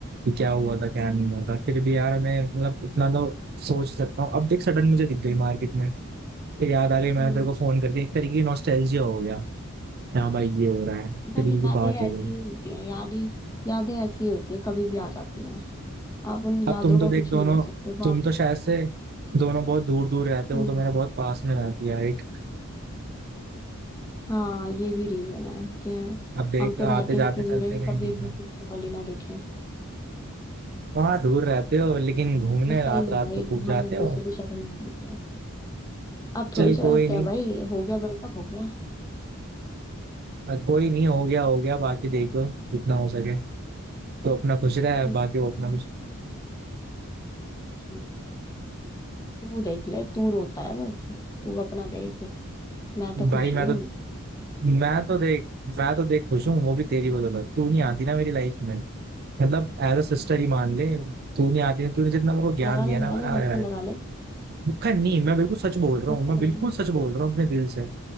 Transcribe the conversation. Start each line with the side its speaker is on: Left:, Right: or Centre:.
Right: कि क्या हुआ था क्या नहीं हुआ था फिर भी यार मैं मतलब इतना तो सोच सकता हूँ अब देख सडन मुझे दिख गई मार्केट में फिर याद आ गई मैंने
Left: हम्म
Right: तेरे को फोन कर दिया एक तरीके की नॉस्टैल्जिया हो गया हाँ भाई ये हो रहा है एक
Left: भाई
Right: तरीके की
Left: यादें
Right: बात हो
Left: ऐसी
Right: गई
Left: ही होती हैं यादें यादें ऐसी ही होती हैं कभी भी आ जाती हैं आप उन
Right: अब
Left: यादों
Right: तुम तो
Left: का
Right: देख
Left: कुछ
Right: दोनों
Left: नहीं कर सकते वो
Right: तुम
Left: आप
Right: तो शायद से दोनों बहुत दूर दूर रहते
Left: हम्म
Right: हो तो मेरा बहुत पास में रहती है एक
Left: हाँ ये भी रीजन है कि
Right: अब देख
Left: हम तो रहते
Right: आते जाते
Left: इतने दूर
Right: चलते
Left: है कि
Right: कहीं
Left: कभी
Right: बीच
Left: एक
Right: में
Left: दूसरे की शक्ल ही ना देखें
Right: वहां दूर रहते हो लेकिन घूमने
Left: बस
Right: रात
Left: सही है
Right: रात
Left: भाई
Right: को खूब जाते
Left: हम एक दूसरे
Right: हो
Left: की शक्ल मान लेते हैं अब
Right: चल
Left: थोड़ी चाहते
Right: कोई नहीं
Left: हैं भाई हो गया ब्रेकअप हो गया
Right: अ, कोई नहीं हो गया हो गया बाकी देखो जितना हो सके तो अपना खुश रहा है
Left: हम्म,
Right: बाकी वो अपना खुश
Left: क्यों? तू देख ले तू रोता है बस तू अपना देख मैं तो
Right: भाई
Left: खुश
Right: मैं
Left: ही हूँ
Right: तो मैं तो देख मैं तो देख खुश हूँ वो भी तेरी बदौलत तू नहीं आती ना मेरी लाइफ में मतलब एज अ सिस्टर ही मान ले तू नहीं आती ना तूने जितना मेरे को ज्ञान
Left: लगा
Right: दिया
Left: ले
Right: ना
Left: लगा
Right: मैंने
Left: ले
Right: आया
Left: मक्खन
Right: है
Left: लगा ले
Right: मुखर नहीं मैं बिल्कुल सच बोल रहा
Left: मक्खन
Right: हूँ मैं बिल्कुल
Left: लगा ले
Right: सच बोल रहा हूँ अपने दिल से